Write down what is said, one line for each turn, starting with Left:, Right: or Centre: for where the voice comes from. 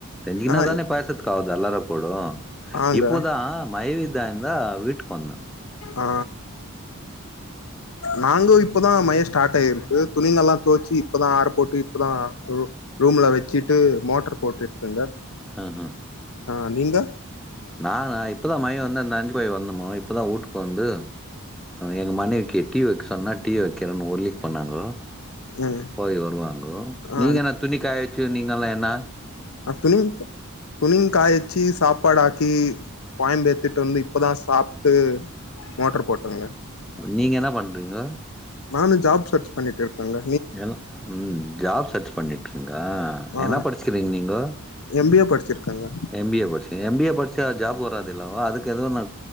Centre: தெரிஞ்சிக்னாதான
Left: ஆ
Centre: பேசறதுக்கு ஆவுது அல்லாற படு
Left: ஆங்க
Centre: இப்போதா மைவித்தாந்தா வீட்டுக்கு வந்தா
Left: ஆ நாங்கோ இப்பதா மைய ஸ்டார்ட் ஆயிருக்கு துணிங்கல்லா தொவச்சி இப்பதா ஆறப்போட்டு இப்பதா ரூ ரூம்ல வச்சிட்டு மோட்டர் போட்டிருக்கங்க
Centre: அ ஹ
Left: ஆ நீங்க
Centre: நானா இப்பதா மய வந்து அந்த அஞ்சு போய் வரணுமோ இப்போதா வூட்டுக்கு வந்து எங்க மனைவிக்கி டீ வைக்க சொன்னா டீ வைக்கிறேன்னு ஊர்லிக் பண்ணாங்கோ
Left: ம்
Centre: போய் வருவாங்கோ
Left: ஆ
Centre: நீங்க என்னா துணிகாய வச்சு நீங்கல்லா என்னா
Left: அத்துலி துணி காய வச்சி சாப்பாடாக்கி கோயம் ஏத்துட்டு வந்து இப்ப தா சாப்ட்டு மோட்டர் போட்டங்க
Centre: நீங்க என்ன பண்றீங்க
Left: நானு ஜாப் சர்ச் பண்ணிட்டு இருக்கங்க
Centre: ஏலா ம் ஜாப் சர்ச் பண்ணிட்ருங்கா
Left: ஆ
Centre: என்னா படுச்சுக்கிறீங்க நீங்க
Left: எம் பி ஏ படிச்சிருக்கங்க
Centre: எம் பி ஏ படுச் எம் பி ஏ படுச்சா ஜாப் வராது இல்லவா அதுக்கு எதுவு நா